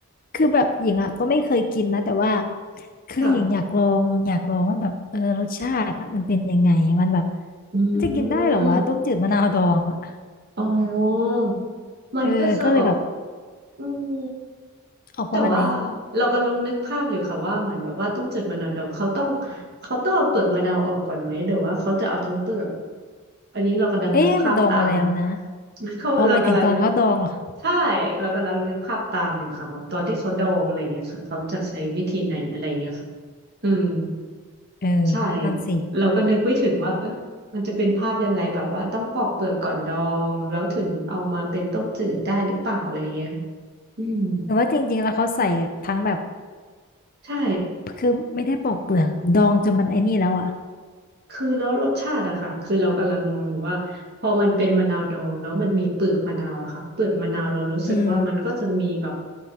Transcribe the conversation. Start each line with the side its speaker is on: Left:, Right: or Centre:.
Left: คือแบบหญิงอ่ะก็ไม่เคยกินนะแต่ว่าคือหญิงอยากลองอยากลองว่าแบบเออรสชาติอะมันเป็นยังไงมันแบบ
Right: ค่ะอืม
Left: มันจะกินได้เหรอวะต้มจืดมะนาวดองอ่ะ
Right: อ๋อมันก็จะออก
Left: เออก็เลยแบบ
Right: อืม
Left: ออกประมาณไหน
Right: แต่ว่าเรากำลังนึกภาพอยู่ค่ะว่าเหมือนแบบว่าต้องเจุดมะนาวดองเขาต้องเขาต้องเอาเปลือกมะนาวออกก่อนไหมหรือว่าเขาจะเอาทั้งเปลือกอันนี้เรากำลังนึกภาพตาม
Left: เอ๊ะมันดองมาแล้วนะ
Right: <laughs> เขาเรากำลังนึก
Left: อ๋อหมายถึงตอนเขาดองเหรอ
Right: ใช่เรากำลังนึกภาพตามอยู่ค่ะว่าตอนที่เขาดองอะไรเงี้ยค่ะเขาจะใช้วิธีไหนอะไรเงี้ยค่ะอืม
Left: เออ
Right: ใช่
Left: นั่นสิ
Right: เราก็นึกไม่ถึงว่าเออมันจะเป็นภาพยังไงแบบว่าต้องปอกเปลือกก่อนดองแล้วถึงเอามาเป็นต้มจืดได้หรือเปล่าอะไรเงี้ยอืม
Left: หรือว่าจริงๆแล้วเขาใส่ทั้งแบบ
Right: ใช่
Left: คือไม่ได้ปอกเปลือกดองจนมันไอ้นี่แล้วอ่ะ
Right: คือแล้วรสชาติอะค่ะคือเรากำลังมองอยู่ว่าพอมันเป็นมะนาวดองแล้วมันมีเปลือกมะนาวอะค่ะเปลือกมะนาวเรารู้สึกว่ามันก็จะมีแบบ
Left: อืม